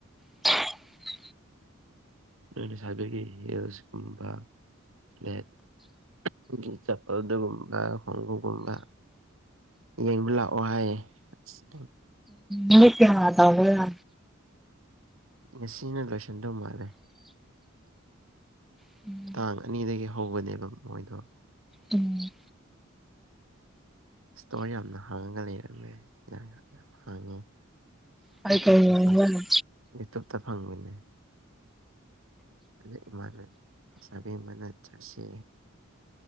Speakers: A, in the centre; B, on the right.
A: <unintelligible>
B: ꯅꯣꯏ ꯂꯩꯁꯕꯤꯒꯤ ꯍꯜꯁꯀꯨꯝꯕ ꯐ꯭ꯂꯦꯠ <unintelligible> ꯎ <unintelligible> ꯆꯥꯝꯄꯜꯗꯨ ꯀꯨꯝꯕꯥ ꯈꫭꯡꯒꯨꯞ ꯀꯨꯝꯕꯥ ꯌ‌ꯦꯡꯕ ꯂꯥꯛꯑꯣ ꯍꯥꯏꯌꯦ ꯑꯁ
A: ꯎꯝ ꯀꯦ ꯑꯣꯏ <unintelligible>
B: ꯉꯁꯤꯅ ꯂꯣꯏꯁꯤꯟꯗꯧ ꯃꯥꯜꯂꯦ
A: <inaudible>
B: ꯇꯥꯡ ꯑꯅꯤꯗꯒꯤ ꯍꯧꯕꯅꯦꯕ ꯃꯣꯏꯗꯣ
A: ꯎꯝ
B: ꯏꯁꯇꯣꯜ ꯌꯥꯝꯅ ꯍꯥꯡꯉꯒ ꯂꯩꯔꯝꯃꯦ ꯌꯥꯝ ꯍꯥꯡꯉꯦ
A: ꯀꯩ
B: ꯌꯨꯇꯨꯕꯇ
A: ꯀꯩ ꯌꯦꯡꯕ꯭ꯔꯥ
B: ꯐꯪ ꯌꯨꯇꯨꯕꯇ ꯐꯪꯕꯅꯦ ꯑꯗ ꯏꯃꯥꯅꯥꯕꯤꯃꯅ <unintelligible> ꯆꯠꯁꯤ